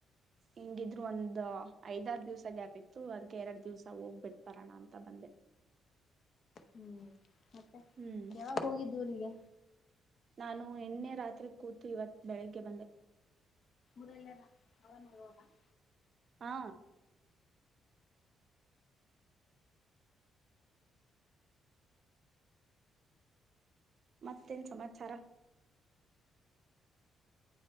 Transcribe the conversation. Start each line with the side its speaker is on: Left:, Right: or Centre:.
Right: ಹಿಂಗಿದ್ರು ಒಂದ್ ಐದಾರ ದಿವ್ಸ ಗ್ಯಾಪಿತ್ತು ಅದ್ಕೆ ಎರಡ್ ದಿವ್ಸ ಹೋಗ್ಬಿಟ್ ಬರೋಣ ಅಂತ ಬಂದೆ
Left: ಹ್ಮ್ ಮತ್ತೆ
Right: ಹ್ಮ್
Left: ಯಾವಾಗ ಹೋಗಿದೂರಿಗೆ
Right: ನಾನು ಎಣ್ಣೆ ರಾತ್ರಿ ಕೂತು ಇವತ್ ಬೆಳಿಗ್ಗೆ ಬಂದೆ
Left: ಮುರಲ್ಲದಾ ಅವರ ಮವತ <unintelligible>
Right: ಹಾ ಮತ್ತೇನ್ ಸಮಾಚಾರ